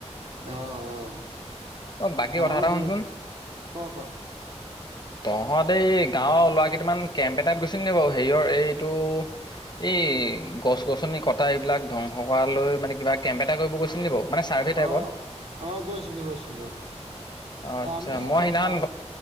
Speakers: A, on the right; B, on the left.
A: অ', অ'
B: অ বাকী
A: আমাৰও
B: কথা এটা
A: দি
B: শুনচোন
A: আছে ক ক।
B: তহঁতে এই গাঁৱৰ ল'ৰা কেইটান কেম্প এটাত গৈছিল নে বাৰু। হেৰিয়ৰ এইটো এই গছ গছনি কটা এইবিলাক ধ্বংস কৰা লৈ মানে, কিবা কেম্প এটা কৰিব গৈছিল নে বাৰু? মানে ছাৰ্ভে টাইপত
A: অ', অ' গৈছিলো গৈছিলো।
B: আচ্ছা
A: আমি
B: মই
A: এই
B: সেইদিনাখন
A: পাঁচ